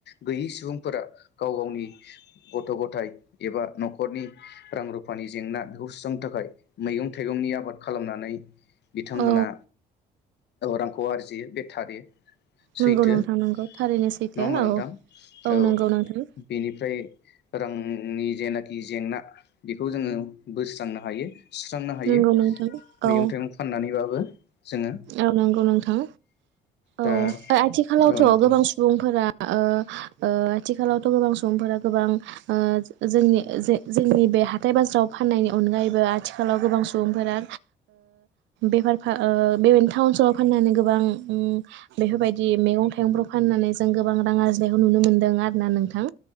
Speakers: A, on the left; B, on the right.
A: गैयि सुबुंफोरा गाव गावनि गथ' ग थाय एबा न'खरनि रां रुफानि जेंना बेखौ सुस्रांनो थाखाय मैगं थाइगंनि आबाद खालामनानै बिथांमोना
B: औ
A: रांखौ आरजियो बे थारि
B: नंगौ
A: सैथो
B: नोंथां
A: नङा
B: नंगौ थारैनो सैथो
A: होमबा
B: औ
A: नोंथां औ
B: नंगौ नोंथां
A: बेनिफ्राय रांनि जेनाखि जेंना बेखौ जोङो बोस्रांनो हायो सुस्रांनो हायो
B: नंगौ नोंथां
A: मैगं
B: औ
A: थाइगं फाननानैबाबो जोङो
B: औ नंगौ नोंथां
A: दा
B: औ आथिखालावथ'
A: औ नोंथां
B: गोबां सुबुंफोरा ओ-ओ आथिखालावथ' गोबां सुबुंफोरा गोबां जोंनि जे जोंनि बे हाथाइ बाजाराव फाननायनि अनगायैबो आथिखालाव गोबां सुबुंफोरा बेफार फा बेबायदिनो टाउन सोहोराव फाननानै गोबां बेफोरबायदि मैगं थाइगंफ्राखौ फाननानै जों गोबां रां आरजिनायखौ नुनो मोनदों आरो ना नोंथां